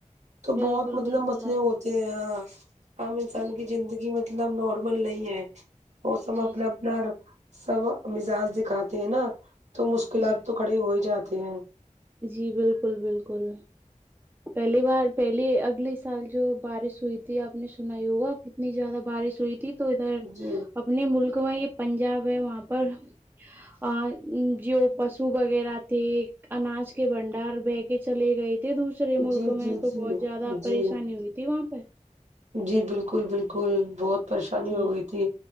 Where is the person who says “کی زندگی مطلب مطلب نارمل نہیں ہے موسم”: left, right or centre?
Right